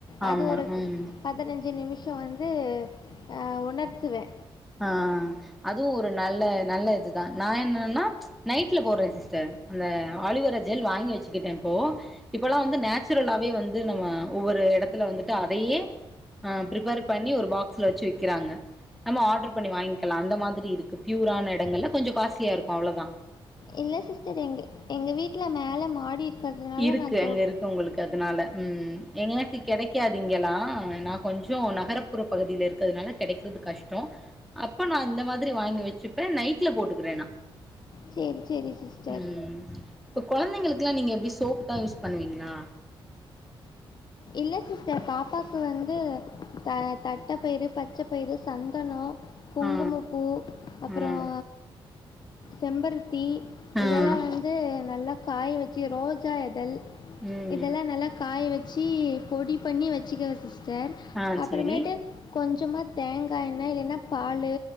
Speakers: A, in the centre; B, on the left (about 50°).
A: ஆமா
B: அது ஒரு
A: ம்
B: பதினஞ்சு நிமி ஷோ வந்து ஆ உலர்த்துவே
A: ஆ அதுவு ஒரு நல்ல நல்ல இதுதா நா என்னனா நைட்ல போட்றே சிஸ்டர் அந்த ஆலுவேரா ஜெல் வாங்கி வச்சுக்கிட்டே இப்போ இப்போல்லா வந்து நேச்சுரலாவே வந்து நம்ம ஒவ்வொரு எடத்துல வந்துட்டு அதையே ஆ ப்ரிப்பேர் பண்ணி ஒரு பாக்ஸ்ல வச்சு விக்கிறாங்க நம்ம ஆர்டர் பண்ணி வாங்கிக்கலா அந்த மாதிரி இருக்கு பியூரான இடங்கள்ல கொஞ்சம் காஸ்ட்லியா இருக்கு அவ்ளவுதா
B: இல்லை சிஸ்டர் எங்க எங்க வீட்டல மேலே மாடி இருக்கிறதுனால
A: இருக்கு
B: நான்
A: அங்க
B: தோட்ட
A: இருக்கு உங்களுக்கு அதனால உம் எங்களுக்கு கிடைக்காது இங்களா நா கொஞ்சம் நகர்புற பகுதியில இருக்கிறதுனால கிடைக்கிறது கஷ்டம் அப்ப நான் இந்த மாதிரி வாங்கி வச்சுப்பேன் நைட்ல போட்டுக்கிறே நா
B: சரி சரி சிஸ்டர்
A: ம் இப்ப குழந்தைங்களுக்கெல்லாம் நீங்க எப்படி சோப்பு தான் யூஸ் பண்ணுவீங்களா
B: இல்ல சிஸ்டர் பாப்பாக்கு வந்து தட்டை பயிறு பச்சை பயிறு சந்தனம் குங்குமப்பூ
A: ஆ
B: அப்புறம்
A: ம்
B: செம்பருத்தி
A: ஆ
B: இதெல்லாம் வந்து நல்லா காய வச்சு ரோஜா எதல்
A: ம்
B: இதெல்லாம் நல்லா காய வச்சு பொடி பண்ணி வச்சுங்க சிஸ்டர்
A: ஆ
B: அப்பறமெட்டு
A: சேரி
B: கொஞ்சமா தேங்கா என்னை இல்லனா பாலு